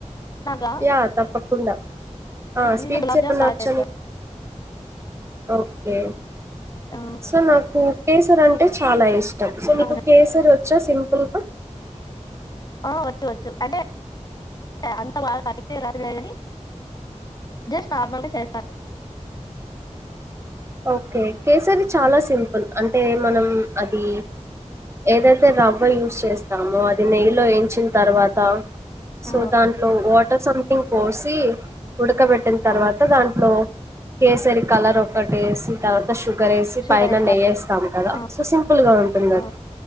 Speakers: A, on the left; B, on the right.
A: నాకా
B: యా తప్పకుండా ఆ
A: నేను
B: స్వీట్స్
A: గులాబ్
B: ఏమన్నా
A: జామ్ బాగా
B: వచ్ఛా
A: చేస్తాను
B: నీకు? ఓకే
A: ఆ
B: సో నాకు కేసర్ అంటే చాలా ఇష్టం. సో నీకు
A: అవునా
B: కేసరి వచ్చా సింపుల్గ?
A: ఆ వచ్చు వచ్చు అంటే అంత బాగా పర్ఫెక్ట్ గ రాదు లేగాని జస్ట్ నార్మల్గా చేస్తాను.
B: ఓకే కేసరి చాలా సింపుల్ అంటే మనం అది ఏదైతే ర వ్వ యూస్ చేస్తాము. అది నెయ్యిలో ఎంచిన్ తర్వాత సో
A: ఆ
B: దాంట్లో వాటర్ సంథింగ్ పోసి ఉడకబెట్టిన తర్వాత
A: ఆ
B: దాంట్లో కేసరి కలర్ ఒ కటి వేసి తర్వాత షుగర్ ఏసి
A: షుగర్
B: పైన
A: ఏస్తాము
B: నెయ్యి వేస్తాం కద.
A: ఆ
B: సుసాం ఫుల్ గా ఉంటుంది
A: ఆ
B: అది